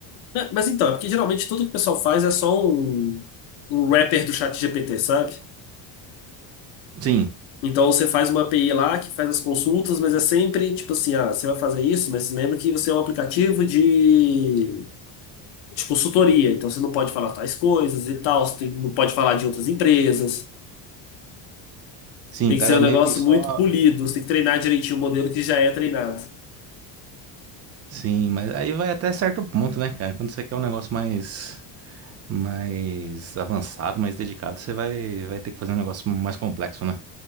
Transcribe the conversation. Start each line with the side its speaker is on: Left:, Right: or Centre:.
Left: Né, Mas então, é porque geralmente tudo que o pessoal faz é só um, um wrapper do chat GPT sabe?
Right: Sim,
Left: Então você faz uma API lá que faz as consultas, mas é sempre tipo assim, ah, você vai fazer isso, mas lembra que você é um aplicativo de, de consultoria, então você não pode falar tais coisas e tal, você tem- não pode falar de outras empresas.
Right: sim,
Left: Tem
Right: o cara
Left: que ser um negócio
Right: meio que só.
Left: muito polido, você tem que treinar direitinho o modelo que já é treinado.
Right: Sim, mas aí vai até certo ponto, né, cara? Quando você quer um negócio mais, mais avançado, mais dedicado, você vai, vai ter que fazer um negócio mais complexo, né?